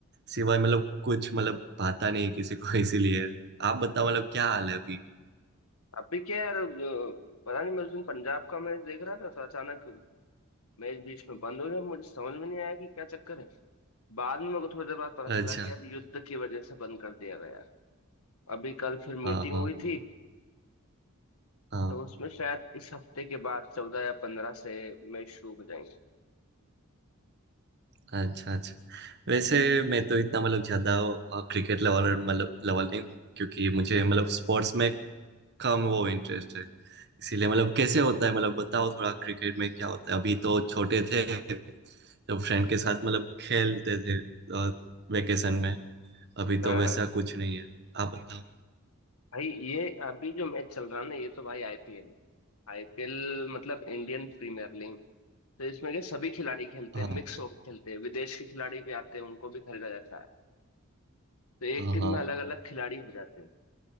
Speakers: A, on the right; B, on the left.
A: सिवाय मतलब कुछ मतलब भाता नहीं है किसी को <laughs> इसीलिए आप बताओ मतलब क्या हाल है अभी
B: अभी क्या यार अ, पता नहीं मैं उस दिन पंजाब का मैच देख रहा था तो अचानक मैच बीच में बंद हो गया मुझे समझ में नहीं आया कि क्या चक्कर है बाद में मेरे को थोड़ी देर बाद पता चला
A: अच्छा
B: कि यार युद्ध की वजह से बंद कर दिया गया अभी कल फिर मीटिंग
A: हाँ हाँ
B: हुई थी
A: हाँ
B: तो उसमें शायद इस हफ्ते के बाद चौदह या पंद्रह से मैच शुरू हो जाएंगे
A: अच्छा अच्छा वैसे मैं तो इतना मतलब ज्यादा अ, क्रिकेट लेवल मतलब लेवल नहीं हूँ क्योंकि मुझे मतलब स्पोर्ट्स में कम वो इंटरेस्ट है इसीलिए मतलब कैसे होता है मतलब बताओ थोड़ा क्रिकेट में क्या होता है अभी तो छोटे थे तो फ्रेंड के साथ मतलब खेलते थे वेकेशन में अभी तो
B: हाँ
A: वैसा
B: हाँ
A: कुछ नहीं है आप बताओ
B: भाई ये अभी जो मैच चल रहा है ना ये तो भाई आईपीएल है आईपीएल मतलब इंडियन प्रीमियर लीग तो इसमें के सभी खिलाड़ी खेलते
A: हाँ
B: हैं मिक्स होकर खेलते हैं विदेश के खिलाड़ी भी आते हैं उनको भी खरीदा जाता है तो एक
A: हाँ
B: टीम
A: हाँ
B: में अलग अलग खिलाड़ी हो जाते हैं